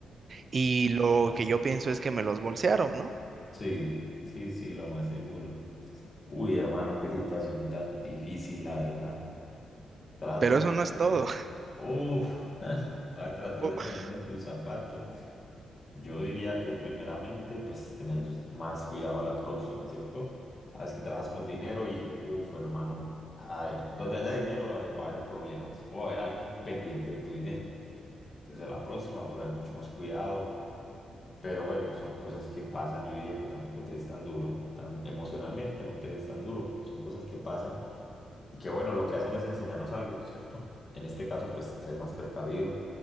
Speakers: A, on the right; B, on the left.
A: Y lo
B: no.
A: que yo pienso es que me los bolsearon, ¿no?
B: Sí, sí, sí, lo más seguro. Uy, hermano, qué situación tan difícil, la verdad. Trato
A: Pero
B: de
A: eso
B: ponerme.
A: no es todo.
B: Uf, <laughs> voy a tratar
A: <laughs>
B: de ponerme en tus zapatos. Yo diría que primeramente, pues tener más cuidado a la próxima, ¿cierto? Sabes que trabajas con dinero y, uf, hermano, ay, donde haya dinero ay, va a haber problemas o va a haber alguien pendiente de tu dinero. Entonces a la próxima poner mucho más cuidado. Pero bueno, son cosas que pasan. Yo diría que tampoco te des tan duro, tan emocionalmente, no te des tan duro, porque son cosas que pasan y que bueno, lo que hacen es enseñarnos algo, ¿cierto? En este caso, pues ser más precavido,